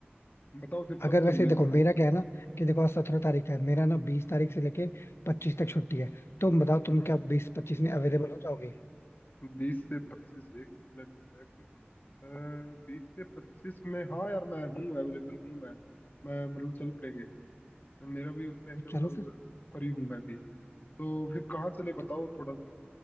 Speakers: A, on the left; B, on the left.
A: बताओ फिर
B: अगर
A: कब
B: वैसे
A: चलना
B: देखो
A: है
B: मेरा क्या है ना कि देखो आज सत्रह तारीख है मेरा ना बीस तारीख से लेके पच्चीस तक छुट्टी है तुम बताओ तुम
A: हम्म
B: क्या बीस पच्चीस में अवेलेबल हो जाओगे
A: बीस से पच्चीस एक मिनट में check। बीस से पच्चीस में हाँ यार मैं हूँ अवेलेबल हूँ मैं मैं मतलब चल पड़ेंगे मेरा भी उस टाइम
B: तो
A: पे मतलब
B: चलो फिर
A: फ्री हूँ मैं भी तो फिर कहाँ चले
B: तो
A: बताओ थोड़ा सा